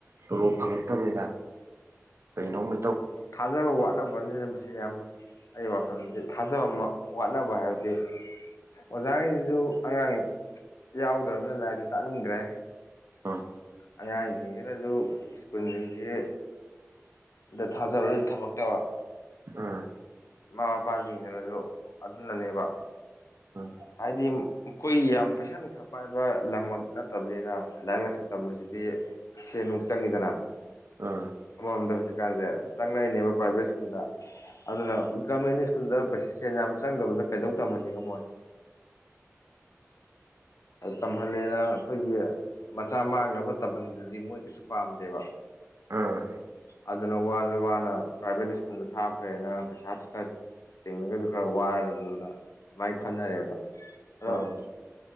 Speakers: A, on the right (about 60°); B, on the left (about 75°).
A: ꯇꯣꯂꯣꯞ ꯐꯪꯉꯛꯇꯕꯩꯔ ꯀꯩꯅꯣꯃꯩ ꯇꯧ
B: ꯊꯥꯖꯕ ꯋꯥꯠꯅꯕꯅꯤꯅ ꯃꯁꯤ ꯑꯌꯥꯝꯕ ꯑꯩ ꯋꯥꯈꯜꯗꯤꯥꯖ ꯐꯖ ꯑꯃ ꯋꯥꯠꯅꯕ ꯍꯥꯏꯕꯗꯤ ꯑꯣꯖꯥꯉꯩꯁꯤꯁꯨ ꯑꯉꯥꯡ ꯌꯥꯎꯗ꯭ꯔꯕꯅ ꯂꯥꯏꯔꯤꯛꯁꯨ ꯇꯥꯛꯅꯤꯡꯗ꯭ꯔꯦ
A: ꯑꯥ
B: ꯑ ꯁꯤꯅꯁꯨ ꯁ꯭ꯀꯨꯜꯁꯤꯡꯁꯤꯦ ꯗ ꯊꯥꯖꯕ ꯊꯝꯃꯛꯇꯕ
A: ꯑꯥ
B: ꯃꯃꯥ ꯃꯄꯥꯁꯤꯡꯗꯨꯅꯁꯨ ꯑꯗꯨꯅꯅꯦꯕ
A: ꯎꯝ
B: ꯍꯥꯏꯗꯤ ꯃꯈꯣꯏ ꯌꯥꯝ ꯄꯩꯁꯥ ꯅꯨꯡꯁꯥ ꯄꯥꯏꯕ ꯂꯝꯃꯛ ꯅꯠꯇꯕꯅꯤꯅ ꯂꯥꯏꯔꯤꯛ ꯂꯥꯏꯁꯨ ꯇꯝꯕꯁꯤꯗꯤ ꯁꯦ ꯅꯨꯡ ꯆꯪꯉꯤꯗꯅ
A: ꯑꯥ
B: ꯑꯃꯃꯝꯗ ꯍꯧꯖꯤꯛꯀꯥꯟꯁꯦ ꯆꯪꯅꯔꯤꯅꯦꯕ ꯄ꯭ꯔꯥꯏꯚꯦꯠ ꯁ꯭ꯀꯨꯜꯗ ꯑꯗꯨꯅ ꯒꯣꯔꯃꯦꯟ ꯁ꯭ꯀꯨꯜꯗ ꯄꯩꯁꯥ ꯁꯦꯟ ꯌꯥꯝ ꯆꯪꯗꯕꯗ ꯀꯩꯗꯧ ꯇꯝꯍꯟꯅꯤꯡꯉꯃꯣꯏ
A: <inaudible>
B: ꯇꯝꯍꯜꯂꯦꯅ ꯑꯩꯈꯣꯏꯒꯤ ꯃꯆꯥ ꯃꯥꯡꯅꯕ ꯇꯝꯍꯟꯕꯗꯨꯗꯤ ꯃꯣꯏ ꯀꯩꯁꯨ ꯄꯥꯝꯗꯦꯕ
A: ꯎꯝ
B: ꯑꯗꯨꯅ ꯋꯥꯁꯨꯦ ꯋꯥꯅ ꯄ꯭ꯔꯥꯏꯚꯦꯠ ꯁ꯭ꯀꯨꯜꯗ ꯊꯥ ꯐꯩꯅ ꯄꯩꯁꯥꯁꯨ ꯈꯔ ꯇꯤꯡꯉꯒꯁꯨ ꯈꯔ ꯋꯥꯔꯒꯁꯨꯅ ꯑꯗꯨꯥꯏ ꯈꯟꯅꯔꯦꯕ
A: ꯎꯝ
B: ꯑ <unintelligible>